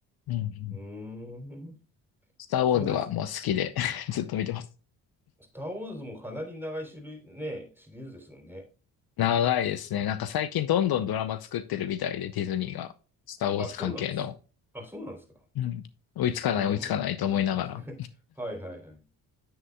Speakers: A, on the left; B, in the centre.
A: うんうん
B: うーん。
A: スター・
B: そうです。
A: ウォーズはもう好きで <laughs> ずっと見てます。
B: スター・ウォーズもかなり長い種類、ね、シリーズですよね。
A: 長いですね。なんか最近どんどんドラマ作ってるみたいで、ディズニーが、スター・ウォーズ関係の。
B: あ、そうなんです。あ、そうなんですか。
A: うん。追いつかない追いつかないと思いながら。
B: うーん。<laughs> はいはいはい。